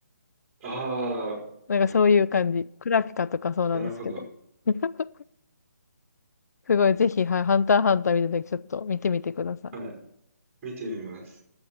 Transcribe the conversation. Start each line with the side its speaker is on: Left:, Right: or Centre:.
Right: ああ、
Left: なんかそういう感じ。
Right: な、
Left: クラピカとかそうなんですけど。
Right: なるほど。
Left: <laughs> すごい、ぜひ、はい、ハンターハンター見たときちょっと見てみてください。
Right: はい。見てみます。